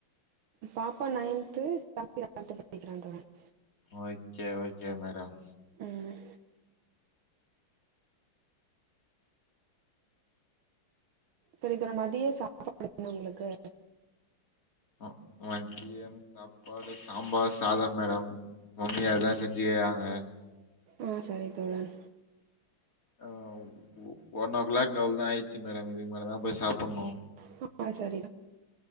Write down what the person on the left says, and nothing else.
ஓகே ஓகே மேடம்
ம் மதியம் சாப்பாடு சாம்பார் சாதம் மேடம் மாமியார் தான் செஞ்சிருக்காங்க.
ஆ ஒ ஒன் ஓ க்ளாக் அவ்ளோ தா ஆயிட்ச்சு மேடம் இதுக்கு மேல தா போய் சாப்புட்ணும்